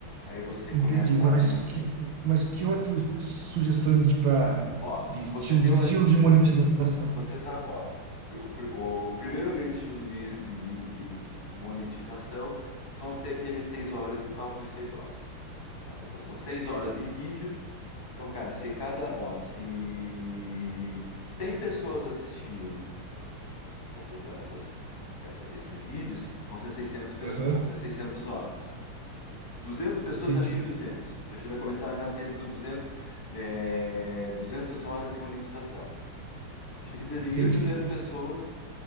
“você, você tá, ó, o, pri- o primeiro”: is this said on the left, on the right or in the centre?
Left